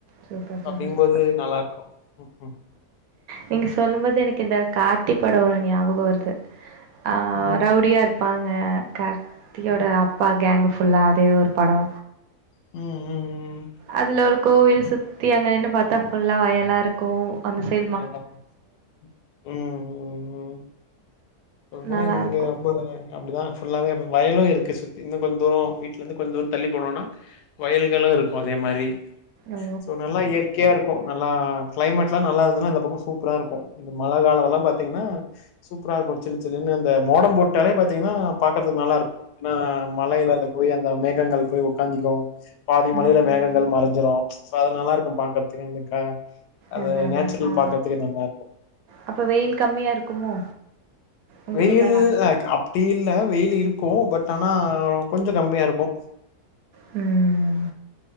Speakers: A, on the right; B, on the left.
A: சூப்பர் சூப்பர்
B: அப்படிங்கும்போது
A: சூப்பர்
B: நல்லா இருக்கும் உம் உம்
A: நீங்க சொல்லும் போது எனக்கு இந்த கா <unintelligible> படோ ஒண்ணு ஞாபகோ வருது ஆ
B: ம்.
A: ரவுடியா இருப்பாங் ஆ <unintelligible> த்தியோட
B: ம்,
A: அப்பா கேங்கு புல்லாதே ஒரு படோ
B: ம், ம்.
A: அதுல ஒரு கோவில் சுத்தி அங்க நின்னு பாத்தா ஃபுல்லா வயலா இருக்கு அந்த சை
B: <unintelligible> உம் உம் உம் சொல்ல போனா
A: நல்லா
B: இங்க
A: இருக்கும்
B: ரொம்பங்க அப்படிதான் ஃபுல்லாவவே வயலும் இருக்கு சுத்தி இன்னு கொஞ்ச தூர வீட்ல இருந்து கொஞ்ச தள்ளி போனோனா வயல்களு இருக்கு அதே மாரி
A: ஓ
B: சோ நல்லா இயற்கையா இரு கோ நல்லா க்ளைமேட் நல்லா இருன்னா பக்கம் சூப்பரா இருக்கும் இந்த மழ கால எல்லாம பாத்தீங்கன்னா சூப்பரா இருக்கும் சில்லு சில்லுனு இந்த மோடம் போட்டாலே பாத்தீங்கனா பாக்கறதுக்கு நல்லா இருக்கு ஏன்னா மழைல அங்க போய் அந் அ மேகங்கள் போய் உக்காந்துக்கு பாதி மலைல
A: ம்
B: மேகங்கள் மறஞ்சிரோ சோ அது நல்லா இருக்கு பாக்கறதுக்கே <unintelligible> அது
A: அதா அதா
B: நேச்சுரல்
A: அதா
B: பாக்குறதுக்கே நல்லா இருக்கு
A: அப்ப வெயில் கம்மியா இருக்குமோ உங்க
B: வெயில்
A: ஊர்லலாம்
B: <unintelligible> டி இல்ல வெயில் இருக்கும் பட் ஆனா கொஞ்ச கம்மியா இருக்கும்
A: ம்